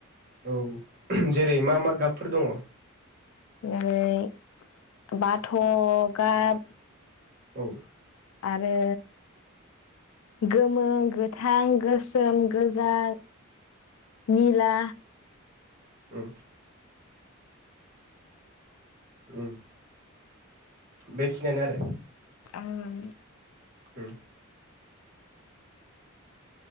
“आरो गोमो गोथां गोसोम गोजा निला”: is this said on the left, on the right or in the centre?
Left